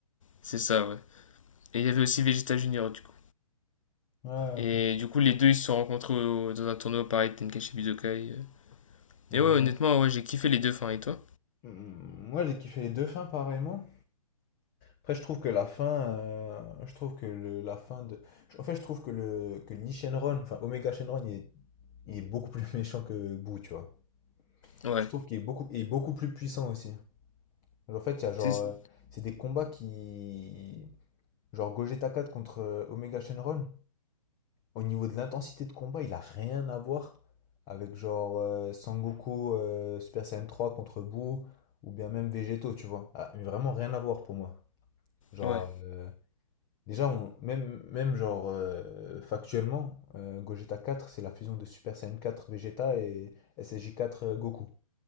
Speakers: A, on the left; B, on the left.
A: c'est ça, ouais. Et il y avait aussi Vegeta Junior, du coup.
B: Ouais,
A: Et
B: ok.
A: du coup, les deux, ils se sont rencontrés au- dans un tournoi pareil, Tenkaichi Budokai. euh.
B: Mais
A: Et ouais, honnêtement, ouais, j'ai kiffé les deux fins. Et toi?
B: euh, moi, j'ai kiffé les deux fins pareillement. Après, je trouve que la fin, euh, je trouve que le, la fin de, en fait, je trouve que le que Lee Shenron, enfin Omega Shenron, il est, il est beaucoup plus <laughs> méchant que Boo, tu vois.
A: Ouais.
B: Je trouve qu'il est beaucoup, il est beaucoup plus puissant aussi. En fait, il y a genre,
A: C'est-
B: euh, c'est des combats qui, genre Gogeta 4 contre euh, Omega Shenron. Au niveau de l'intensité de combat, il a rien à voir avec genre euh, Sangoku euh, Super Saiyan 3 contre Buu ou bien même Végétaux, tu vois. Ah, mais vraiment rien à voir pour moi. Genre,
A: Ouais,
B: euh, déjà, on- même, même genre euh, factuellement, euh, Gogeta 4, c'est la fusion de Super Saiyan 4 Vegeta et SSJ 4 Goku.